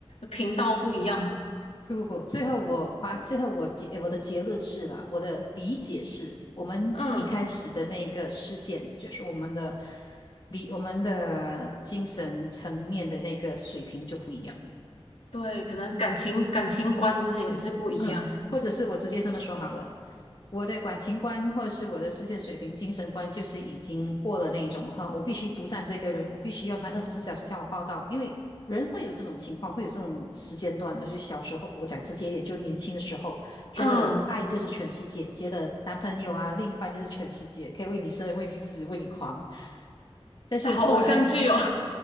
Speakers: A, on the left; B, on the left.
A: 频道不一样？
B: 不不不，最后我发，最后我结我的结论是了，我的理解是，我们一开始的那个视线，
A: 嗯。
B: 就是我们的理，我们的精神层面的那个水平就不一样。
A: 对，可能感情感情观真的也是不一样。
B: 那或者是我直接这么说好了，我的感情观或者是我的视线水平、精神观，就是已经过了那一种哈，我必须独占这个人，我必须要他二十四小时向我报到，因为人会有这种情况，会有这种时间段的。就小时候，我讲直接一点，就年轻的时候，觉得爱就是全世界，
A: 嗯，
B: 觉得男朋友啊、另一半就是全世界，可以为你生、为你死、为你狂。但是后来
A: 这好偶像剧哦，